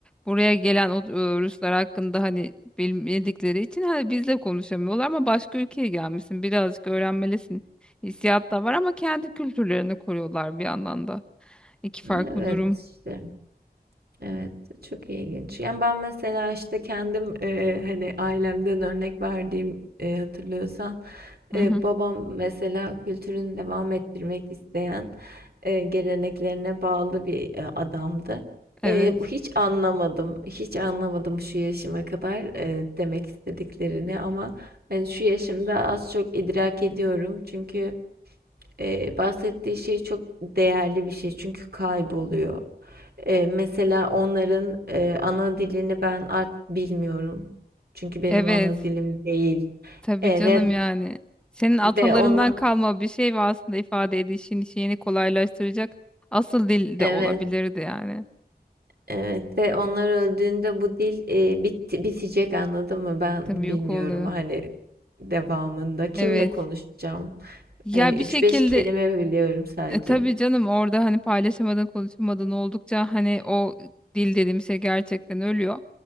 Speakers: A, in the centre; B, on the right (about 70°).
A: buraya gelen o e, Ruslar hakkında hani bilmedikleri için hani bizle konuşamıyorlar ama başka ülkeye gelmişsin. Birazcık öğrenmelisin. Hissiyat da var ama kendi kültürlerini koruyorlar bir yandan da. İki farklı
B: evet,
A: durum.
B: işte. Evet, çok ilginç. Yani ben mesela işte kendim eee, hani ailemden örnek verdiğim eee, hatırlıyorsan
A: Hı
B: eee,
A: hı.
B: babam mesela kültürünü devam ettirmek isteyen eee, geleneklerine bağlı bir e, adamdı.
A: Evet.
B: Eee, bu hiç anlamadım, hiç anlamadım şu yaşıma kadar eee, demek istediklerini ama hani şu yaşımda az çok idrak ediyorum çünkü eee, bahsettiği şey çok değerli bir şey çünkü kayboluyor. Eee, mesela onların, eee, ana dilini ben artık bilmiyorum. Çünkü benim
A: Evet.
B: ana dilim değil.
A: Tabii
B: Eee,
A: canım
B: ve
A: yani. Senin atalarından
B: ve ona
A: kalma bir şey ve aslında ifade edişin şeyini kolaylaştıracak asıl dil
B: Evet,
A: de olabilirdi yani.
B: evet ve onlar öldüğünde bu dil, eee, bitti bitecek anladın mı? Ben
A: Tabii
B: bilmiyorum
A: yok oluyor.
B: hani devamında kimle
A: Evet.
B: konuşacağım?
A: Ya
B: Hani üç
A: bir şekilde
B: beş kelime biliyorum sadece.
A: e, tabii canım orada hani paylaşamadın konuşamadın oldukça hani o dil dediğim şey gerçekten ölüyor.